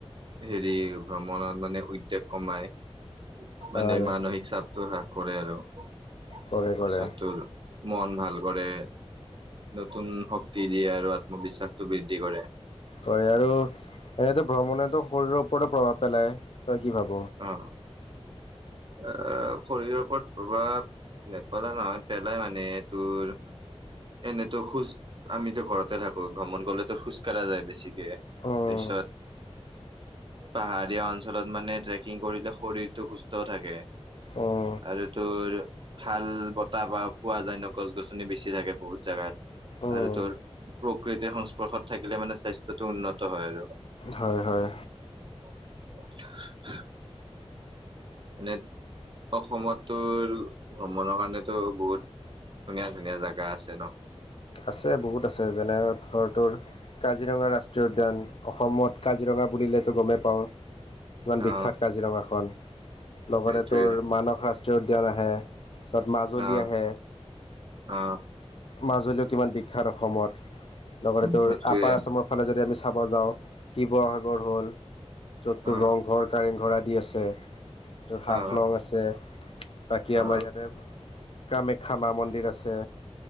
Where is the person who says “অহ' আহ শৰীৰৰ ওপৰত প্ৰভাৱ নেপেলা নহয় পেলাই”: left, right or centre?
Right